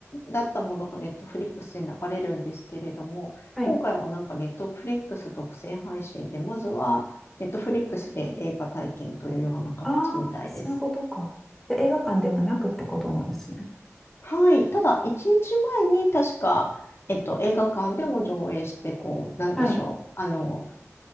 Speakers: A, on the left (about 55°); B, in the centre.
A: だったものがネットフリックスで流れるんですけれども、
B: はい。
A: 今回はなんかネットフリックス独占配信で、まずはネットフリックスで映画体験というような形みたいです。
B: ああ、そういうことか。で、映画館ではなくってことなんですね。
A: はい。ただ、1日前に確か、えっと、映画館でも上映して、こう、なんでしょう。
B: はい。
A: あの、